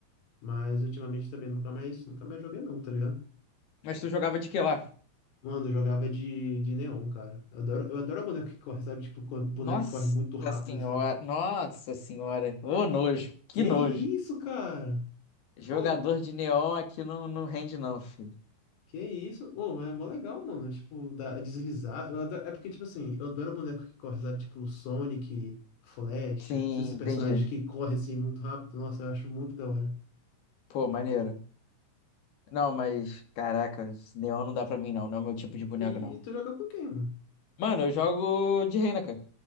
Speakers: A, on the left; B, on the left.
A: Mas ultimamente também nunca mais, nunca mais joguei não, tá ligado?
B: Mas tu jogava de que lá?
A: Mano, eu jogava de, de neon, cara. Eu adoro, eu adoro boneco que corre, sabe? Tipo, co- boneco
B: Nossa
A: que corre muito rápido,
B: senhora,
A: assim.
B: nossa senhora. Ô, nojo, que
A: Que
B: nojo.
A: isso, cara?
B: Jogador
A: Pô,
B: de neon aqui não, não rende não, filho.
A: que isso? Ô, mas é mó legal, mano. Tipo, dá, deslizar. Eu adoro- é porque, tipo assim, eu adoro boneco que corre, sabe? Tipo, Sonic, Flash,
B: Sim,
A: esses personagens
B: entendi.
A: que correm, assim, muito rápido. Nossa, eu acho muito da hora.
B: Pô, maneiro. Não, mas, caraca, neon não dá pra mim não, não é o meu tipo de boneco
A: E,
B: não.
A: e tu joga com quem, mano?
B: Mano, eu jogo de reina, cara.